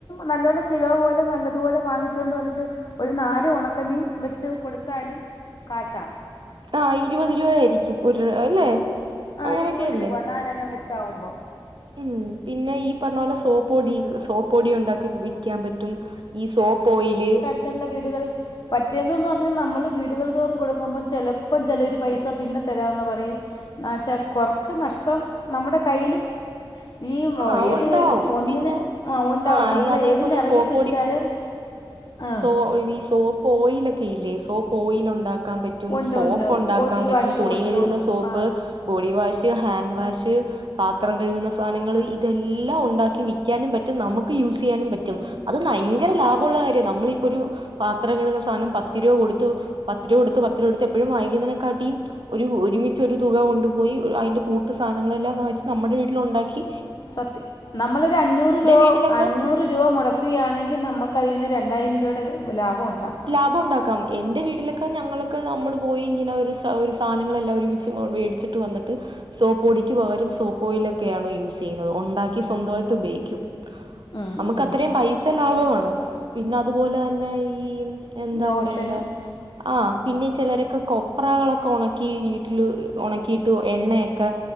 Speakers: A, on the left (about 50°); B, on the right (about 65°).
A: നല്ലോലെ കിലോ പോലെ നല്ലതുപോലെ വാങ്ങിച്ചോണ്ട് വന്നിട്ട് ഒരു നാല് ഒണക്കമീൻ വെച്ച് കൊടുത്താലും കാശാ
B: ആ ഇരുപത് രൂപയാരിക്കും ഉരുര് അല്ലെ
A: ആഹ്
B: അങ്ങനെയൊക്കെയല്ലേ
A: ഇരുപത് രൂപ നാലെണ്ണം വെച്ചാവുമ്പോ
B: ഉം പിന്നെ ഈ പറഞ്ഞപോലെ സോപ്പ് പൊടി സോപ്പ് പൊടി ഉണ്ടാക്കി വി ക്കാൻ പറ്റും ഈ സോപ്പ് ഓയില്
A: ത്ത്ള്ള വീട്കളി പറ്റേന്ന് ന്ന് പറഞ്ഞാ നമ്മള് വീടുകൾ തോറും കൊടുക്കുമ്പം ചെലപ്പം ചെലവര് പൈസ പിന്നെ തരാന്ന് പറയും ന്നാച്ചാ കൊറച്ച് നഷ്ടം നമ്മടെ കയ്യിലും ഈ മൊ
B: ആ
A: ഏത്
B: ഉണ്ടാവും
A: ഒന്നിന്
B: പിന്നെ
A: ആഹ് ഒണ്ടാവും
B: ആ
A: നമ്മൾ
B: ഈ അതേപോലെ
A: ഏ തിന് എറങ്ങി
B: സോപ്പ്
A: തിരിച്ചാലും ആഹ്
B: ഓ ഈ വീ സോപ്പ് ഓയിലൊക്കെ ഇല്ലേ സോപ്പ് ഓയിലുണ്ടാക്കാം പ റ്റും
A: ഉണ്ട്
B: സോപ്പു
A: ഉണ്ട്
B: ഒണ്ടാക്കാ
A: ബോഡി
B: ൻപറ്റും
A: വാഷ്
B: തുണി
A: പോലത്തുള്ള
B: കഴുകുന്ന soap
A: ആ
B: body wash hand wash പാത്രം കഴുകുന്ന സാനങ്ങള് ഇതെല്ലാം ഉണ്ടാക്കി വിക്കാനും പറ്റും ന്നമുക്ക് യൂസെയ്യാനും പറ്റും ഇ അത് ന്നയ്ങ്കര ലാഭൊള്ള കാര്യാ ന്നമ്മളിപ്പൊ രു പാത്രം കെഴുന്ന സാനം പത്തിരൂ കൊടുത്ത് പത്ത് രൂ ഒടുത്ത് പത്ത് രൂപ ഇട്ത് എപ്പഴും വാങ്ങിക്ന്നതിനെക്കാട്ടിയും ഒരു ഒരുമിച്ചൊരു തുക കൊണ്ടുപോയി അയ്ൻ്റെ കൂട്ടു സാനങ്ങളെല്ലാം വാങിച്ച് ന്നമ്മെടെ വീട്ടില് ഉണ്ടാക്കി
A: സത്യം ന്നമ്മളൊരു അഞ്ഞൂറ് രൂവൊ
B: വീട്ടിലൊക്കെ
A: അഞ്ഞൂറ് രൂവ മുടക് ക്കെയാണെങ്കിൽ ന്നമ്മക്കതീന്ന് രണ്ടായിരം രൂവയുടെ വെ ലാഭം ഉണ്ടാ
B: ലാഭം ഉണ്ടാക്കാം എൻ്റെ വീട്ടിലൊക്കെ ഞങ്ങൾക്ക് ന്നമ്മള് പോയേങ്കിലവര് സ ഒരു ഒരു സാനങ്ങളെല്ലാം ഒരുമിച്ച് വേ വെടിച്ചി ട്ട് വന്ന്ട്ട് സോപ്പു പൊടിക്ക് പകരം സോപ്പ് ഓയിലൊക്കെയാണ യൂസ് എയ്യ്ന്നത് ഉണ്ടാക്കി സ്വന്തായിട്ട് ഉപയോയിക്യും
A: ഉം
B: അമ്ക്ക്
A: ഉം നമുക്ക്
B: അത്രയും പൈസ ലാഭവുമാണ് പിന്നെ അതുപോല അന്നെ ഈ മ് എന്താ
A: ലോഷൻ
B: പറയണ്ടേ ആ പിന്നെ ചിലരൊക്കെ കൊപ്രാളൊക്കെ ഒണക്കി വീട്ടില് ഒണക്കീട്ട് എണ്ണയൊക്കെ